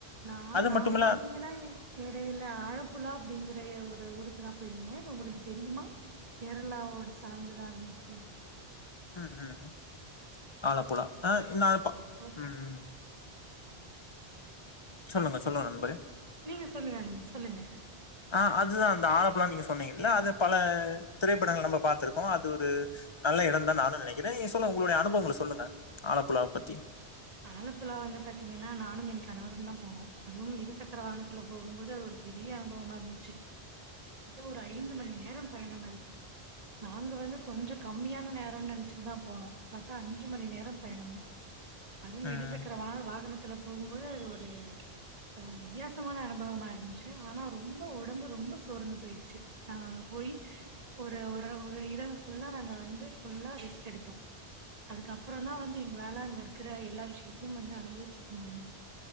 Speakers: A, on the right; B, on the left.
A: நா நா
B: மட்டுமில்ல
A: பாத்தீங்கன்னா எ இடையில அழப்புலா அப்டிங்கிற ஒரு ஊருக்குதா போயய்ருந்தே அது உங்ளுக்கு தெரியுமா கேரளாவோடு சார்ந்துதா இருந்துச்சி
B: ம் ம் ம் ஆலப்போல ஆ நா அப்ப
A: அனுபவத்த
B: ம் ம் சொல்லுங்க சொல்லுங்க நண்பறே
A: நீங்க சொல்லுங்க <inaudible> சொல்லுங்க
B: ஆ அதுதா அந்த ஆழப்பலா நீங்க சொன்னீங்கல்ல அது பல திரைப்படங்கள் நம்ப பாத்திருக்கோ அது ஒரு நல்ல எடம்தா நானு நெனைக்கிறே நீங்க சொல்லுங்க உங்களுடைய அனுபவங்கள சொல்லுங்க ஆழப்புலாவ பத்தி
A: ஆலப்புலா வந்து பாத்தீங்கன்னா நானும் என் கணவருதா போனோ அதுவும் இருசக்கர வாகனத்துல போகுபோது அது ஒரு பெரிய அனுபவமா இருந்துச்சி கிட்டத்தட்ட ஒரு ஐந்து மணி நேரம் பயணம் மாரி நாங்க வந்து கொஞ்ச கம்மியான நேரோ நென்ச்சிட்டுதா போணோ பாத்தா அஞ்சு மணி நேரம் பயணோங்க அதுவு
B: ம்
A: இருசக்கர வாகன வாகனத்துல போகும்போது அது ஒரு அது ஒரு வித்தியாசமான அனுபவமா இருந்துச்சி ஆனா ரொம்ப ஒடம்பு ரொம்ப சோர்ந்து போயிடுச்சி நாங்க அங்க போய் ஒரு ஒரு ஒரு இரவு ஃபுல்லா நாங்க வந்து ஃபுல்லா ரெஸ்ட் எடுத்தோ அதுக்கப்பறோதா வந்து எங்களால அங்க இருக்குற எல்லா விஷயத்தயையு வந்து அனுபவெச்சிருக்க முடிஞ்சிச்சு